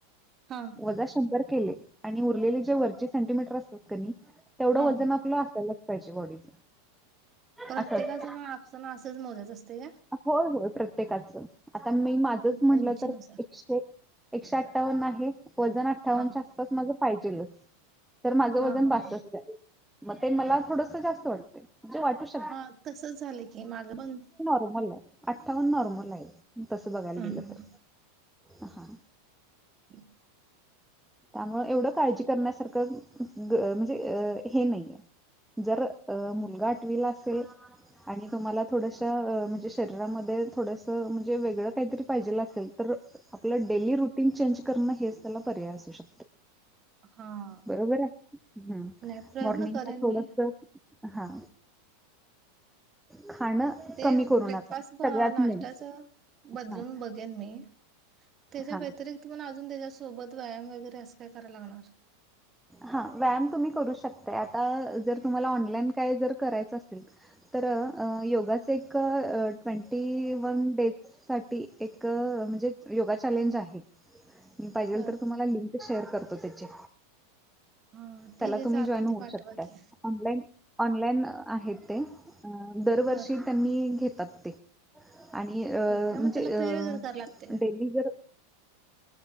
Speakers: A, on the right; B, in the centre.
A: हा.
B: वजा शंभर केले आणि उरलेले जे वरचे सेंटिमीटर असतात की नाही तेवढ
A: हा
B: आपल वजण असायलावच पा त्याची बॉडीच
A: प्रत्येकाच
B: असं असतं
A: मग आपस असंच मोजायच असतयं काय?
B: होय होय प्रत्येकाचं आता मी माझंच
A: उं
B: म्हटलं
A: उंचीनुसार
B: तर एकशे एकशे अठ्ठावन्न आहे वजन अठ्ठावन्नच्या
A: हा
B: आसपास माझं पाहिजेलचं. तर माझं
A: हा
B: वजन
A: हा
B: बासष्ट आहे मग ते मला थोडस जास्त वाटतय म्हणजे वाटू शक
A: हा तसच झालं की माझं पण
B: र्मलय अठ्ठावन्न नॉर्मल आहे तस बघायला
A: हा
B: गेलं
A: हा
B: तर हा.
A: <inaudible>
B: त्यामुळे एवढं काळजी करण्यासारखं म्हणजे अ हे नाहीेये. जर अ मुलगा आठवीला असेल आणि तुम्हाला थोडसं अ म्हणजे शरीरामध्ये थोडसं म्हणजे वेगळं काहीतरी पाहिजेल असेल तर आपलं डेली रुटीन चेंज करणं हेच त्याला पर्याय असू शकत
A: हा.
B: बरोबरयं हं
A: नाही प्रयत्न
B: मॉर्निंगला
A: करेन
B: थोडसं
A: मी
B: हा खाणं
A: ते
B: कमी करू
A: ब्रेकफास्ट
B: नका सगळ्यात
A: नाश्त्याच
B: मेन
A: बदलून
B: हा
A: बघेन मी. त्याच्या
B: हा
A: व्यतिरिक्त पण अजून त्याच्या सोबत व्यायाम वगैरे असं काय कराय लागणार?
B: हा व्यायाम तुम्ही करू शकताय आता जर तुम्हाला ऑनलाईन काय जर करायचं असेल तर अ योगाच एक अ ट्वेंटी वन डेज साठी एक म्हणजे योगा चॅलेंज आहे. मी पाहिजेल
A: बर
B: तर तुम्हाला लिंक शेअर करतो त्याचे.
A: हा
B: त्याला
A: ठीक आहे
B: तुम्ही
A: चालते
B: जॉईन होऊ
A: पाठवा
B: शकताय.
A: की
B: ऑनलाईन ऑनलाईन आहे ते दरवर्षी
A: बर
B: त्यांनी घेतात ते. आणि अ
A: हो का
B: म्हणजे
A: मग त्याला पे
B: अ
A: वगैरे करायला लागते का
B: डेली जर